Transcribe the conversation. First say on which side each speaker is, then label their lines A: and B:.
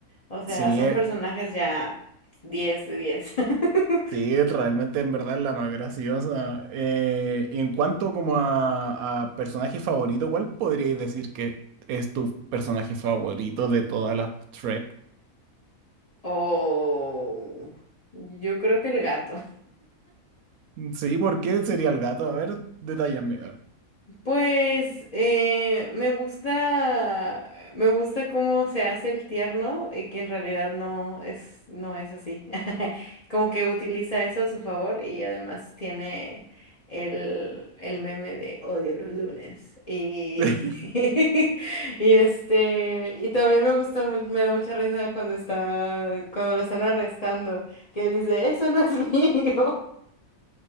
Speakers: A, on the left; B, on the right.
A: O sea,
B: Sí,
A: son
B: eh,
A: personajes ya 10 de 10. <laughs>
B: sí, realmente en verdad la más graciosa. Eh, en cuanto como a, a personaje favorito, ¿cuál podríais decir que es tu personaje favorito de todas las Trek?
A: O yo creo que el gato.
B: Sí, ¿por qué sería el gato? A ver, detállame.
A: Pues eh, me gusta, me gusta cómo se hace el tierno y que en realidad no es, no es así. <laughs> Como que utiliza eso a su favor y además tiene el, el meme de odio los lunes. Y,
B: <laughs>
A: <laughs> y este, y también me gusta, mu- me da mucha risa cuando está, cuando lo están arrestando, que dice, eso no es <laughs> mío.